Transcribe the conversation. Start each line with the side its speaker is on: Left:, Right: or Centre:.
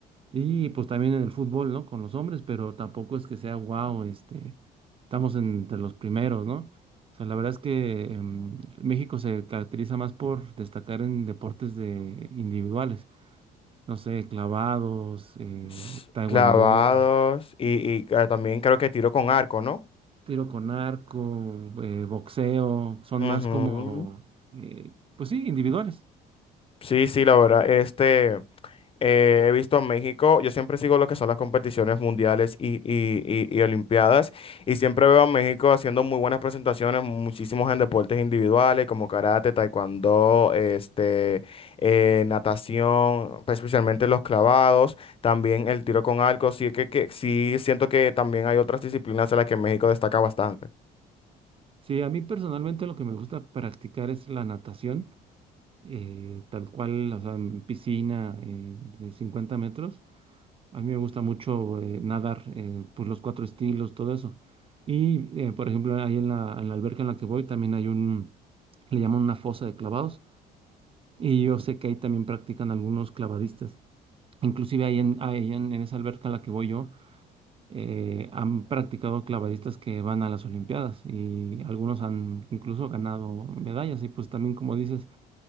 Right: y pues también en el fútbol, ¿no? Con los hombres, pero tampoco es que sea wow, este, estamos entre los primeros, ¿no? O sea, la verdad es que em, México se caracteriza más por destacar en deportes de individuales, no sé, clavados, eh,
Left: S-
Right: taekwondo,
Left: Clavados y, y, eh, también creo que tiro con arco, ¿no?
Right: tiro con arco, eh, boxeo, son
Left: Ujú.
Right: más como, eh, pues sí, individuales.
Left: Sí, sí, la verdad, este... Eh, he visto a México, yo siempre sigo lo que son las competiciones mundiales y, y- y- y olimpiadas y siempre veo a México haciendo muy buenas presentaciones, muchísimos en deportes individuales como karate, taekwondo, este, eh, natación, pues, especialmente los clavados, también el tiro con arco, sí que, que sí siento que también hay otras disciplinas en las que México destaca bastante.
Right: Sí, a mí personalmente lo que me gusta practicar es la natación, eh, tal cual, o sea, en piscina eh, de 50 metros. A mí me gusta mucho eh, nadar, eh, pues los cuatro estilos, todo eso. Y, eh, por ejemplo, ahí en la, en la alberca en la que voy también hay un, le llaman una fosa de clavados. Y yo sé que ahí también practican algunos clavadistas. Inclusive ahí en, ahí en en esa alberca a la que voy yo, eh, han practicado clavadistas que van a las Olimpiadas y algunos han incluso ganado medallas. Y pues también, como dices,